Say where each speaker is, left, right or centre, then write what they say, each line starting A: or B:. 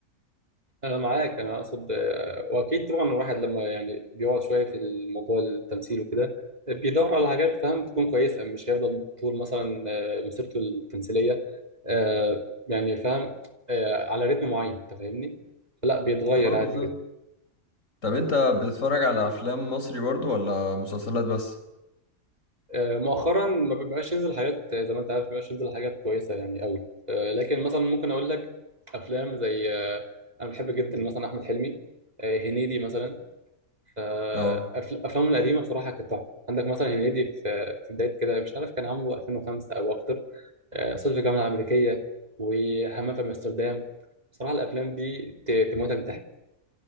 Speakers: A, on the right (about 30°); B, on the left (about 65°).
A: انا معاك انا اقصد آه، واكيد طبعا الواحد لما يعني بيقعد شويه في الموضوع التمثيل وكده بيدور على حاجات فاهم تكون كويسه مش هيفضل طول مثلا آه، مسيرته التمثيليه آه، يعني فاهم آه، على رتم معين انت فاهمني فلا بيتغير
B: اه
A: عادي
B: بالظبط
A: جدا
B: طب انت بتتفرج على افلام مصري برضو ولا مسلسلات بس
A: آه، مؤخرا ما بيبقاش ينزل حاجات آه، زي ما انت عارف ما بيبقاش ينزل حاجات كويسه يعني قوي آه، لكن مثلا ممكن اقول لك افلام زي آه، انا بحب جدا مثلا احمد حلمي آه، هنيدي مثلا فأفلامه
B: اه
A: القديمة بصراحة كانت تحفة عندك مثلا هنيدي في في بداية كده مش عارف كان عامله 2005 أو أكتر آه، صعيدي في الجامعة الأمريكية وهمام في أمستردام بصراحة الأفلام دي ت- تموتك ضحك